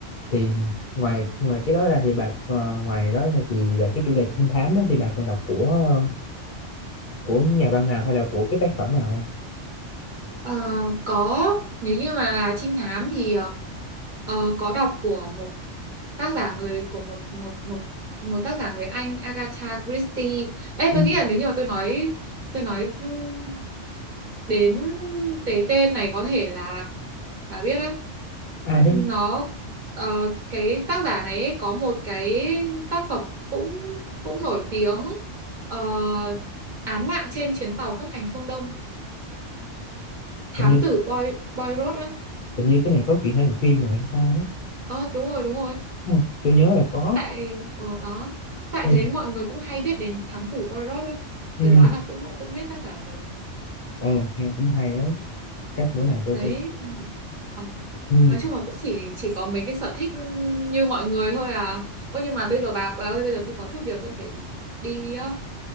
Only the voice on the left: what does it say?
thì ngoài ngoài cái đó ra thì bà ờ, ngoài đó ra thì về cái chủ đề trinh thám á, thì bà còn đọc của ờ, của nhà văn nào hay là của cái tác phẩm nào
không?
À,
thế
hình như
hình như cái này có chuyện hay làm phim rồi hay sao đó
đúng không? tôi nhớ là có
ừ.
ừ
ờ nghe cũng hay đấy chắc bữa nào tôi
phải
ừ